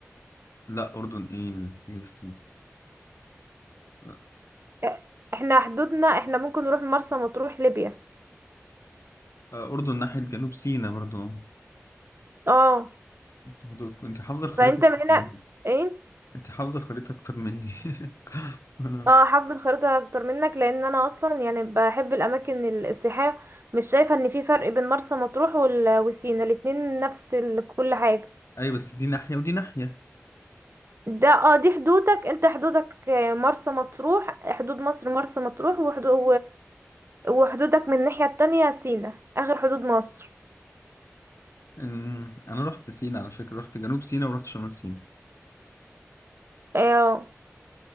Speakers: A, on the left; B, on the right.
A: لا اردن ايه اللي تيجي في سينا لا
B: اه، احنا حدودنا احنا ممكن نروح مرسى مطروح ليبيا
A: آه، اردن ناحيه جنوب سينا برضو
B: اه
A: انت برضو- انت حافظه الخريطه
B: فانت
A: أكتر
B: من هنا
A: مني.
B: إيه؟
A: انت حافظه الخريطه اكتر مني <laughs> انا
B: اه حافظه الخريطه اكتر منك لان انا اصلا يعني بحب الاماكن ال- السياحيه مش شايفه ان في فرق بين مرسى مطروح وال- وسينا الاتنين نفس ال- كل حاجه
A: ايوه بس دي ناحيه ودي ناحيه
B: ده اه دي حدودك انت حدودك آه، مرسى مطروح حدود مصر مرسى مطروح وحدود وحدودك من الناحيه التانية سينا اخر حدود مصر
A: أمم، انا رحت سينا على فكره رحت جنوب سينا ورحت شمال سينا
B: اه